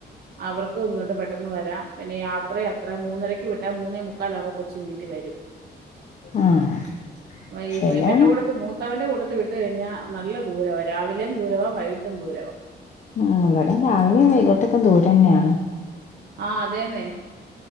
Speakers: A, on the right; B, on the left.
A: അവർക്കും ഇങ്ങോട്ട് പെട്ടെന്ന് വരാം പിന്നെ യാത്രഎത്രെ മൂന്നരക്വിട്ട മുനെമുക്കാലാമ്പോ കൊച്വീട്ടിൽ വരും
B: ആഹ്
A: വ യി
B: ശരിയാണ്
A: വ ഇവന്റെ കൂടെത്തി മൂ ത്താവിന്റെ കൂടത്തി വിട്ട് കഴിഞ്ഞാ നല്ല ദൂരവാ രാവിലേം ദൂരവാ വൈകിട്ടും ദൂരവാ
B: ഉം വടെ രാവിലേം വൈകീട്ടൊക്കെ ദൂരന്നെയാണ്
A: ആഹ് അതെ ന്നെ